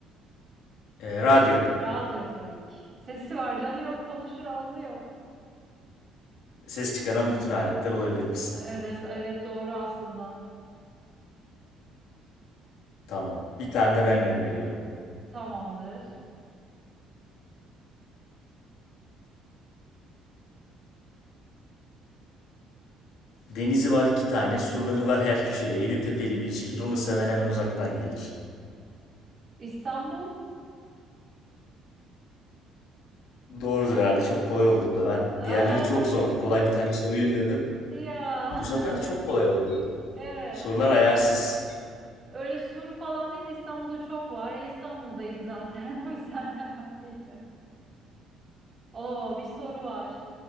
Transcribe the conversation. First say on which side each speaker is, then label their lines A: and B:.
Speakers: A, on the left; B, on the right.
A: e, radyo.
B: Radyo tabii ki. Sesi var, canı yok, konuşur, ağzı yok.
A: Ses çıkaran bütün aletler olabilirmiş zaten.
B: Evet, evet doğru aslında.
A: Tamam. Bir tane de ben gönderiyorum.
B: Tamamdır.
A: Denizi var iki tane, surları var her köşede. Yedi tepeli bir şehir, onu seven hemen uzaktan gelir.
B: İstanbul.
A: Doğrudur herhalde. Çok kolay oldu bu da. Ben
B: Aa,
A: diğerleri çok zordu.
B: evet.
A: Kolay bir tane sorayım dedim.
B: Ya
A: Bu sefer de çok kolay oldu.
B: <laughs> evet
A: Sorular
B: evet.
A: ayarsız.
B: Öyle sur falan deyince İstanbul'da çok var. E İstanbul'dayım zaten. <laughs> O yüzden de hemen bildim. Oo bir soru var.